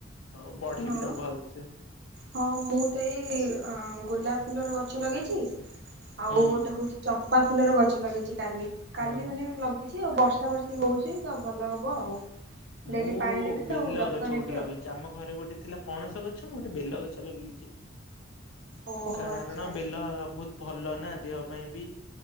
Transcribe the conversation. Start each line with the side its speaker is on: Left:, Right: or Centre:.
Left: ଆଉ ବଢେଇବି
Right: ହଁ
Left: ତାକୁ ଭଲସେ
Right: ହଁ ମୁଁ ତ ଏଇ ଆଁ ବିନା ଫୁଲର ଗଛ ଲଗେଇଛି। ଆଉ
Left: ହୁଁ
Right: ଗୋଟେ ହଉଛି ଚମ୍ପ ବା ଫୁଲର ଗଛ ଲଗେଇଛି। କାଲି କାଲି
Left: ହଁ।
Right: ମାନେ ଲଗେଇ ଇଛି ଆଉ ବର୍ଷା ବର୍ଷି ହଉଛି ତ ଭଲ ହବ ଆଉ। ଡେଲି
Left: ମୁଁ
Right: ପାଣି ଦେବି
Left: ବେଲ
Right: ଆଉ ଯତ୍ନ
Left: ଗଛ
Right: ନେବି
Left: ଗୋଟେ ଲଗେଇଛି
Right: ଆଉ।
Left: ଆମ ଘରେ ଗୋଟେ ଥିଲା ପଣସ ଗଛ ମୁଁ ଗୋଟେ ବେଲ ଗଛ ଲଗେଇଛି।
Right: ଓହୋ
Left: କାରଣ
Right: ଆଚ୍ଛା ଆଚ୍ଛା।
Left: ବେଲ ବହୁତ ଭଲ ନା ଦେହ ପାଇଁ ବି